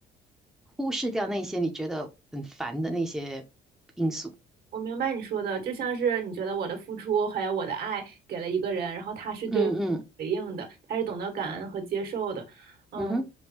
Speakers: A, in the centre; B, on the right (about 65°).
A: 忽视掉那些你觉得很烦的那些因素。
B: 我明白你说的，就像是你觉得我的付出还有我的爱给了一个人，然后他是对我回应的，
A: 嗯嗯
B: 他是懂得感恩和接受的，嗯。
A: 嗯哼